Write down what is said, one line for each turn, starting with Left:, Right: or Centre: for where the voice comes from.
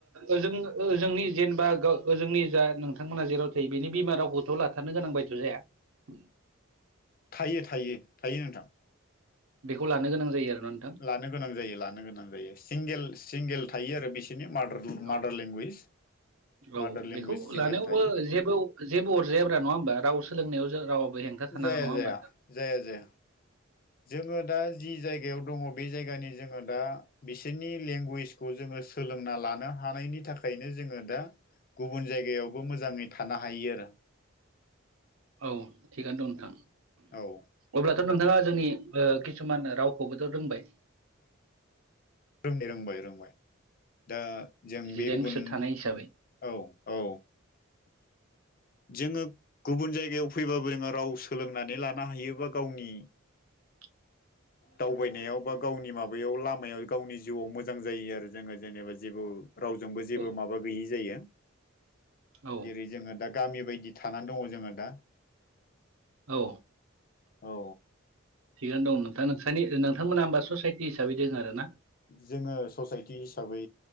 Right: ओजों ओजों जेने जेनेबा गाव ओजोंनि जा नोंथांमोना जेराव थायो बिनि बिमा रावखौथ' लाथारनो गोनां बायथ' जाया औ
Left: थायो थायो थायो नोंथां
Right: बेखौ लानो गोनां जायो आरो ना नोंथां
Left: लानो गोनां जायो लानो गोनां जायो सिंगेल सिंगेल थायो आरो बेसे मारडार
Right: औ
Left: माडार लेंगुवेज मादार
Right: औ
Left: लेंगुवेज
Right: बेखौ
Left: सिंगेल
Right: लानायावबो
Left: थायो
Right: जेबो जेबो अरजायाब्रा नङा होमबा राव सोलोंनायाव जों रावाबो हेंथा थानाङा
Left: जाया
Right: नङा होमबा
Left: जाया
Right: नोंथां
Left: जाया जाया जोङो दा जि जायगायाव दङ बे जायगानि जोङो दा बिसोरनि लेंगुवेजखौ जोङो सोलोंना लानो हानायनि थाखायनो जोङो दा गुबुन जायगायावबो मोजाङै थानो हायो आरो
Right: औ थिगानो दं नोंथां
Left: औ
Right: अब्लाथ' नोंथाङा जोंनि किसुमान रावखौबोथ' रोंबाय
Left: रोंनाया रोंबाय रोंबाय दा जों
Right: जिदाइन
Left: बे गुबुन
Right: बोसोर थानाय हिसाबै
Left: औ औ जोङो गुबुन जायगायाव फैबाबो जोङो राव सोलोंनानै लानो हायोबा गावनि
Right: उ <inaudible>
Left: दावबायनायाव बा गावनि माबायाव लामायाव गावनि जिउआव मोजां मोजां जायो आरो जोङो जेनेबा जेबो रावजोंबो जेबो
Right: औ
Left: माबा गैयि जायो
Right: औ
Left: जेरै जोङो दा गामि बायदि थानानै दङ जोङो दा
Right: औ
Left: औ
Right: थिगानो दं नोंथां नोंसनि नोंथांमोना होमबा ससाइटि हिसाबै दङ आरोना
Left: जोङो ससाइटि हिसाबै